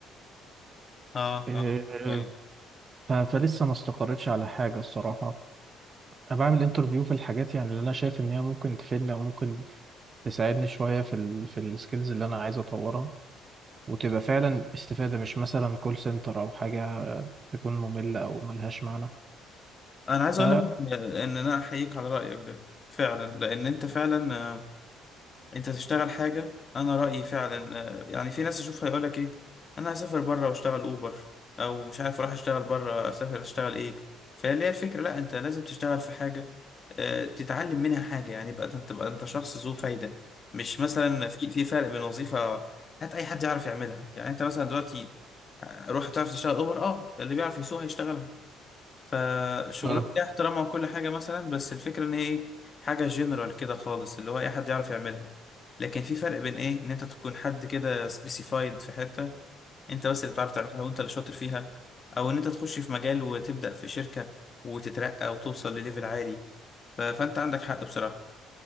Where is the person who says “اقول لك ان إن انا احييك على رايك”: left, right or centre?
Left